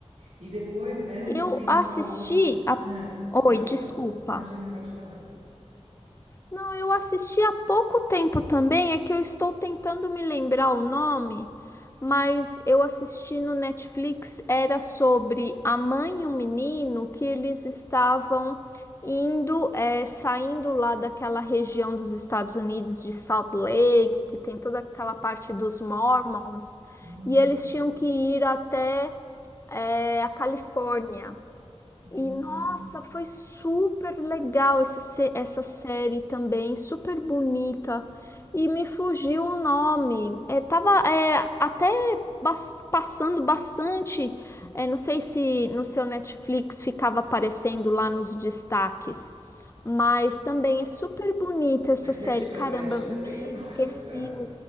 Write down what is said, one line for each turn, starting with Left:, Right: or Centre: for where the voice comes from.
Right: E depois dessa
Left: Eu
Right: tem
Left: assisti
Right: uma outra.
Left: a...
Right: Ah,
Left: Oi,
Right: pode
Left: desculpa.
Right: falar. Imagina, pode falar.
Left: Não, eu assisti há pouco tempo também, é que eu estou tentando me lembrar o nome, mas eu assisti no Netflix, era sobre a mãe e o menino que eles estavam indo, eh, saindo lá daquela região dos Estados Unidos de Salt Lake, que tem toda aquela parte dos Mormons,
Right: Hum,
Left: e eles tinham que ir até é, a Califórnia.
Right: hum.
Left: E nossa, foi super legal esse, se- essa série também, super bonita. E me fugiu o nome. É, tava é, até bas- passando bastante. é, não sei se no seu Netflix ficava aparecendo lá nos destaques. Mas também é super bonita essa
Right: Mas
Left: série.
Right: é de faroeste
Left: Caramba, me
Right: também ou não?
Left: esqueci.
Right: É outra.